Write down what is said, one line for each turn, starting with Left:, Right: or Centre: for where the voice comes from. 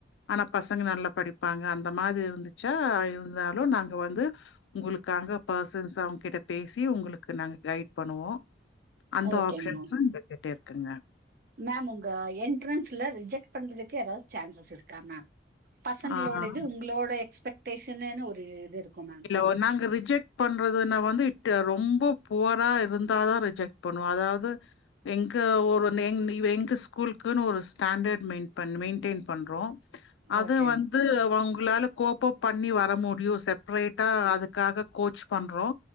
Left: ஆனா பசங்க நல்லா படிப்பாங்க அந்த மாதிரி இருந்துச்சா இருந்தாலு நாங்க வந்து உங்களுக்காக பசன்ஸ் அவங்க கிட்ட பேசி உங்களுக்கு நாங்க கைட் பண்ணுவோ அந்த
Right: ஓகேங்க
Left: ஆப்ஷன்ஸூ எங்க கிட்ட இருக்குங்க
Right: மேம் உங்க என்ட்ரன்ஸ்ல ரிஜெக்ட் பண்றதுக்கு ஏதாவது சான்சஸ் இருக்கா மேம் பசங்களோட
Left: ஆ.
Right: இது உங்களோட எக்ஸ்பெக்டேஷன்னு ஒரு இது இருக்கு மேம்
Left: ஒ நாங்க ரிஜெக்ட் பண்றதுன்ன வந்து இட் ரொம்ப புவரா இருந்தாதா ரிஜெக்ட் பண்ணுவோ அதாவது எங்க ஒரு நெங் வெங்க ஸ்கூலுக்குன்னு ஒரு ஸ்டாண்டர்ட் மெயின் பண் மெயின்டெயின் பண்ணுறோ அது
Right: ஓகே
Left: வந்து அவங்களால கோப் பப் பண்ணி வர முடியு செப் ரைட்டா அதுக்காக கோச் பண்றோ